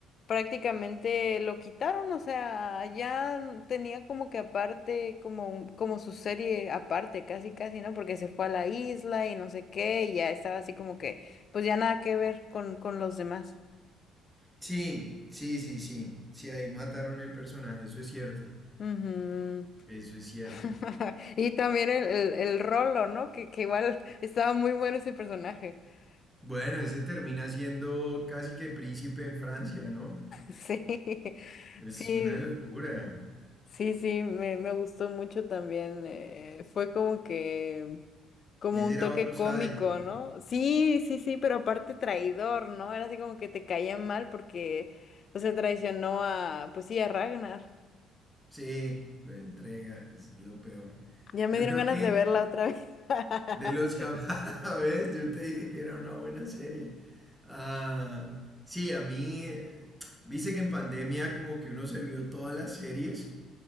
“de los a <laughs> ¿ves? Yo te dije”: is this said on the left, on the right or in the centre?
Centre